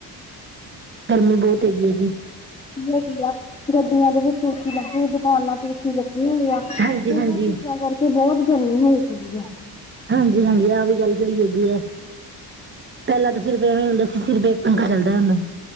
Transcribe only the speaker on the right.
ਗਰਮੀ ਬੋਤ ਹੈਗੀ ਏ ਜੀ।
ਹਾਂਜੀ
ਹਾਂਜੀ
ਹਾਂਜੀ, ਹਾਂਜੀ ਆ ਵੀ ਗੱਲ ਸਈ ਹੈਗੀ ਆ, ਪੈਲਾਂ ਤਾ ਸਿਰਫ਼ ਏਵੇਂ ਹੁੰਦਾ ਸ ਸਿਰਫ਼ ਏਕ ਪੰਗਾ ਚੱਲਦਾ ਹੁੰਦਾ,